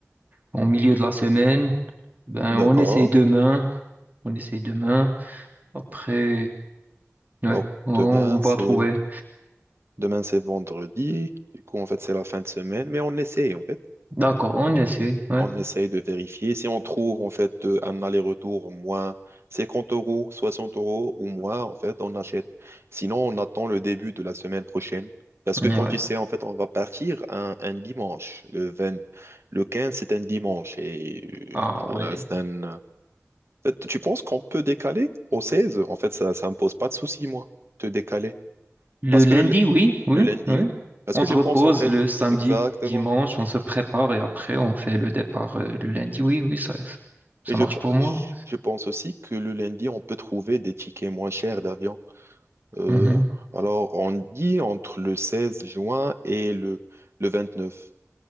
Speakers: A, on the right; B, on the right.
A: en milieu de la semaine. Ben,
B: d'accord.
A: on essaye demain. On essaye demain. Après, ouais,
B: Alors
A: on,
B: demain
A: on va
B: c'est
A: trouver.
B: demain c'est vendredi. Du coup en fait c'est la fin de semaine, mais on essaye en fait.
A: D'accord, on essaye. Ouais,
B: On essaye de vérifier. Si on trouve en fait euh, un aller-retour moins 50 euros, 60 euros ou moins, en fait, on achète. Sinon, on attend le début de la semaine prochaine. Parce que
A: ouais.
B: comme tu sais, en fait, on va partir un, un dimanche. Le vingt, le 15, c'est un dimanche. Et
A: Ah
B: euh, voilà,
A: ouais.
B: c'est un... en fait, tu penses qu'on peut décaler au seize En fait, ça, ça me pose pas de souci, moi, de décaler.
A: Le
B: Parce
A: lundi,
B: que le,
A: oui, oui,
B: le lundi,
A: oui.
B: parce
A: On
B: que
A: se
B: je
A: repose
B: pense, en fait,
A: le samedi,
B: exactement.
A: dimanche, on se prépare et après on fait le départ euh, le lundi. Oui, oui, ça, ça
B: Et je,
A: marche pour moi.
B: je pense aussi que le lundi, on peut trouver des tickets moins chers d'avion. Euh,
A: Mhm.
B: alors, on dit entre le 16 juin et le, le 29.